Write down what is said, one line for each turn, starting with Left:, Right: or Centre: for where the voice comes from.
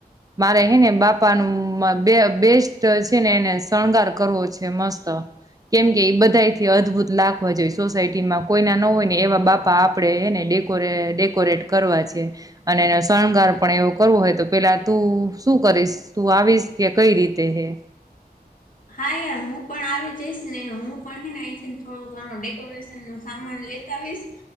Right: મારે હે ને બાપાનું બે બેસ્ટ છે ને એને શણગાર કરવો છે મસ્ત. કેમકે એ બધાથી અદભુત લાગવા જોય સોસાયટી માં કોઈના ન હોય. એવા બાપા આપડેનેે ડેકોરેટ કરવા છે, અને શણગાર પણ એવો કર હોય તો પેલા તું શું કરીશ તું આવીશ કે કઈ રીતે હે.
Left: હા યાર હું પણ આવી જઈશ ને હું પણ હે ને અહીંથીને થોડો ઘણો ડેકોરેશન નો સામાન લેતા આવીસ.